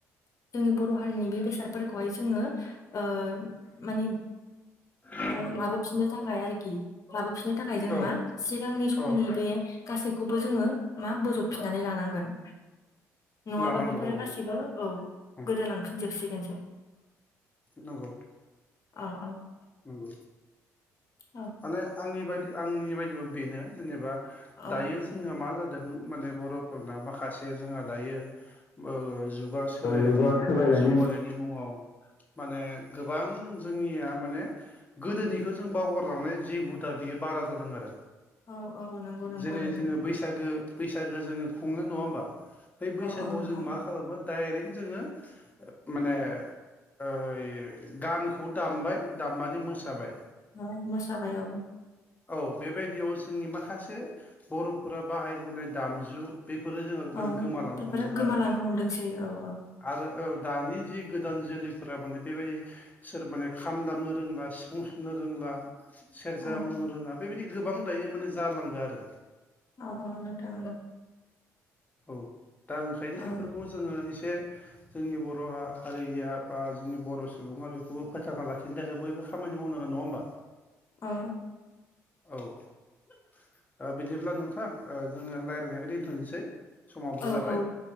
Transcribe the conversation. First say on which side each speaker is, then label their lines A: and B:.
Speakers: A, on the left; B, on the left.
A: जोंनि बर' हारिनि बे बेसादफोरखौहाय जोङो ओ माने
B: <inaudible>
A: ओ लाबोफिननो थाखाय आरोखि लाबोफिननो थाखाय जों
B: औ
A: मा सिगांनि समनि
B: औ
A: बे गासैखौबो जोङो मा बोजबफिननानै लानांगोन नङाबा
B: लानांगौ
A: बे बेफोरो
B: औ
A: गासिबो औ
B: औ
A: गोदोलांफिनजोबसिगोनसो।
B: नंगौ
A: औ औ
B: नंगौ।
A: औ
B: माने आंनि बायदि आंनि बायदिबो बेनो जेनेबा
A: औ
B: दायो जोङो मा जादों माने बर'फोरना माखासे जोंहा दायो ओ जुगा सोलायनायनि
A: जुगा
B: मुङाव
A: सोलायनायनि
B: जौगानायनि
A: मुं
B: मुङाव माने गोबां जों जोंनिया माने गोदोनिखो जों बावगारलांनाय जि हुदा बेयो बारा जादों आरो।
A: औ औ नंगौ नोंथां
B: जेरै
A: नंगौ
B: जोङो बैसागो बैसागो जोङो खुङो नङा होमबा बै बैसागोआव
A: औ औ नोंथां
B: जोंङो मा खालामो डायरेक्ट जोङो माने ओइ गानखौ दामबाय दामनानै मोसाबाय।
A: अ मोसाबाय औ।
B: औ बेबायदियाव जोंनि माखासे बर'फोरा बाहायबोनाय दामजु बेफोरो जोंहा माने
A: औ
B: गोमालांनो
A: बेफोरो
B: हमदों
A: गोमालांनो
B: आरो
A: हमदोंसै औ औ
B: आरो औ दानि जि गोदान जोलैफोरा माने बेबायदि सोर माने खाम दामनो रोंला सिफुं सुनो रोंला सेरजा
A: औ
B: हुननो रोङा बेबायदि गोबां दायो माने जालांदों आरो।
A: औ औ नोंथां औ।
B: औ दा ओंखायनो
A: औ
B: बेफोरखौ जोङो एसे जोंनि बर' हारिया बा जोंनि बर' सुबुङा बेफोरखौ फोथांना लाखिनो थाखाय बयबो खामा खामानि मावनांगोन नङा होमबा?
A: औ।
B: औ ओ बिदिब्ला नोंथां ओ जोङो रायलायनायखौ दोनथ'नोसै। समाबो
A: औ
B: जाबाय
A: औ